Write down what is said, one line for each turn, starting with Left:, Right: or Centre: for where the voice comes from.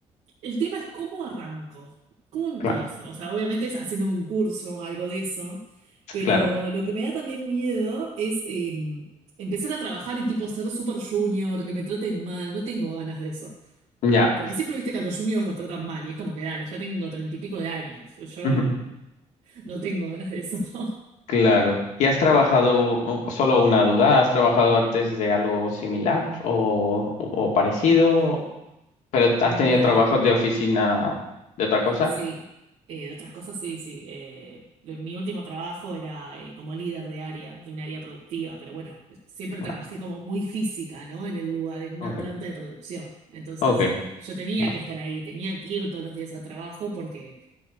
Right: El tema es cómo arranco, cómo empiezo.
Left: Claro,
Right: O sea, obviamente es haciéndome un curso, algo de eso. Pero
Left: claro.
Right: lo que me da también miedo es eh, empezar a trabajar y tipo ser super junior, que me traten mal. No tengo ganas de eso.
Left: Ya.
Right: Porque siempre viste que a los juniors los tratan mal y es como que dale, ya tengo treinta y pico de años. Yo
Left: <laughs>
Right: n- no tengo ganas de eso. <laughs>
Left: Claro. ¿Y has trabajado, o- solo una duda, has trabajado antes de algo similar o, o parecido,
Right: No, no,
Left: pero
Right: nada.
Left: has tenido trabajos de oficina de otra cosa?
Right: Sí, eh, de otras cosas sí, sí. eh, lo- mi último trabajo era eh, como líder de área, de un área productiva, pero bueno, siempre trabajé
Left: Ah,
Right: como muy física, ¿no? En el lugar, en una
Left: Ok,
Right: planta de producción. Entonces
Left: ok,
Right: yo tenía
Left: va,
Right: que estar ahí, tenía que ir todos los días al trabajo porque